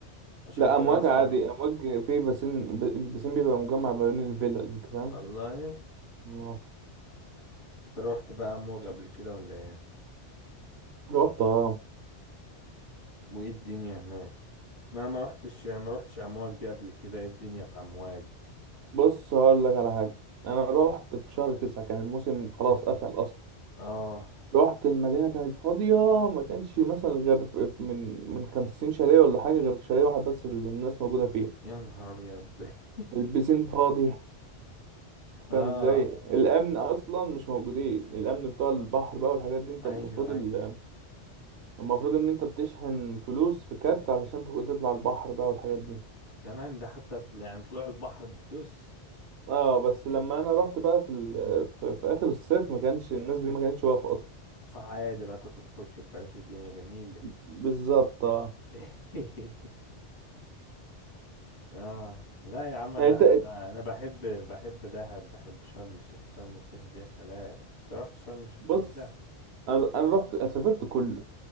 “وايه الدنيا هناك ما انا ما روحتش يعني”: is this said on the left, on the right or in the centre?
Left